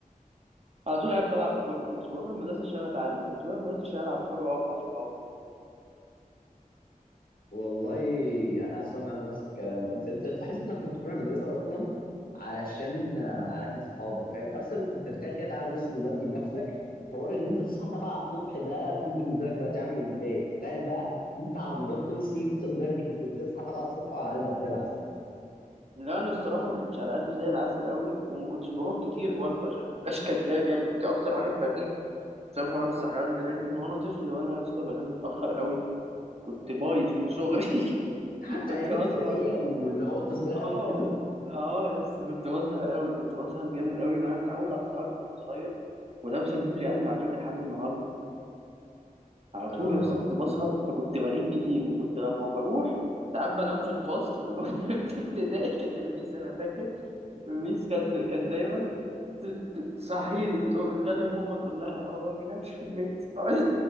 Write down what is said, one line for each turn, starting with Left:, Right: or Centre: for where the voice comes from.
Right: على طول قاعد بلعب كوره ما كنتش بروح المدرسه عشان اتعلم كنت بروح المدرسه عشان العب كوره واقعد مع صحابي
Left: والله انا سامع نفس الكلام بقى انت انت تحس انك كنت بتروح المدرسة اصلا علشان علشان صحابك فاهم اصلا انت تخيل كده تعالى بص دلوقتي لنفسك حوار ان انت تصحى 7 الصبح ده شوف بالنسبة لك دلوقتي عامل ازاي تخيل بقى انت على مدار كل سنين وانت صغير دي كنت بتصحى 7 الصبح وعلى قلبك زي العسل
Right: لا انا الصراحه ما كانش على قلبي زي العسل قوي وما كنتش بروح كتير برضه عشان مبقاش كداب يعني كنت اكتر واحد بغيب بسبب حوار الصحيان ده لان من وانا طفل وانا يا اسطى بنام متاخر قوي كنت بايظ من صغري
Left: حتى
Right: <laughs> كنت
Left: ايام
Right: بسهر
Left: ابتدائيه واللي هو انت صغير قوي
Right: اه
Left: كده
Right: اه يا اسطى كنت بسهر قوي كنت بسهر جامد قوي ما انا متعود على السهر من وانا صغير وده مسبب لي ازمه على فكره لحد النهارده على
Left: اه
Right: طول يا اسطى كنت بسهر فكنت بغيب كتير وكنت لما بروح ساعات بنام في الفصل <laughs> لما كنت في ابتدائي كانت الميس انا فاكر الميس كانت كانت دايما ت- ت- تصحيني وتقول- وتكلم ماما تقول لها هو ما بينامش في البيت <laughs>